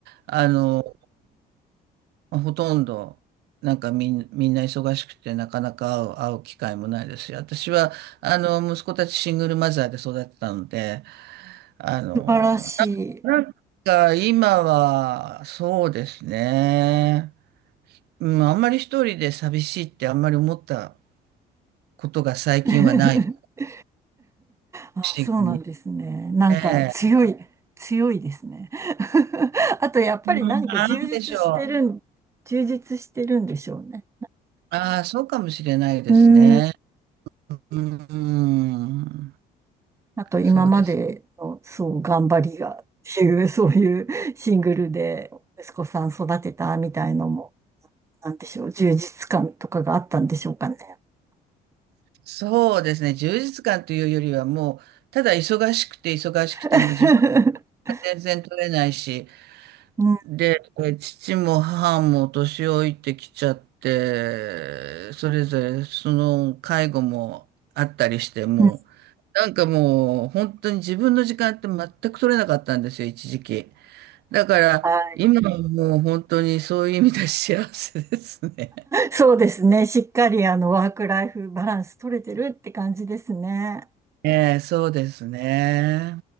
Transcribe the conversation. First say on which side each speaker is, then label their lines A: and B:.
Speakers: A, on the right (about 75°); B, on the right (about 15°).
A: あの、ほとんど、なんかみん、みんな忙しくて、なかなか会う、会う機会もないですし、私は、あの、息子たちシングルマザーで育ってたので、あの、
B: 素晴らし
A: ななんか今は、そうですね。うん、あんまり一人で寂しいってあんまり思ったことが最近はない、
B: い。
A: 不
B: <laughs> あ、
A: 思議に。
B: そうなんですね。なんか強い、
A: ええ。
B: 強いですね。<laughs> あとやっぱり何か充実してるん、
A: なんでしょう。
B: 充実してるんでしょうね。
A: ああ、そうかもしれないですね。
B: うーん
A: うん、
B: あと今までの、
A: そうです。
B: そう、頑張りがっていう、<laughs> そういうシングルで息子さん育てたみたいのも、なんでしょう、充実感とかがあったんでしょうかね。
A: そうですね。充実感というよりはもう、ただ忙しくて忙しくても自分
B: <laughs>
A: が全然取れないし、
B: うん
A: で、え父も母も年老いてきちゃって、それぞれその介護もあったりして、もう、
B: うん
A: なんかもう本当に自分の時間って全く取れなかったんですよ、一時期。だから、
B: はい。
A: 今はもう本当にそういう意味では幸せですね。
B: そうですね。しっかりあのワークライフバランス取れてるって感じですね。
A: <laughs> ええ、そうですね。